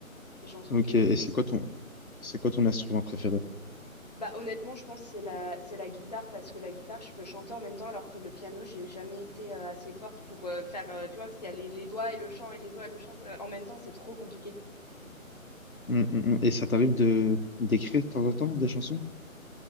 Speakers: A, on the left; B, on the left.
A: des chansons
B: Ok,
A: qui existent.
B: et c'est quoi ton, c'est quoi ton instrument préféré?
A: Bah, honnêtement, je pense que c'est la, c'est la guitare parce que la guitare, je peux chanter en même temps alors que le piano, j'ai jamais été euh, assez forte pour euh, faire, euh, tu vois, parce qu'il y a les, les doigts et le chant et les doigts et le chant euh, en même temps, c'est trop compliqué.
B: Mm, mm, mm. Et ça t'arrive de d'écrire de temps en temps des chansons?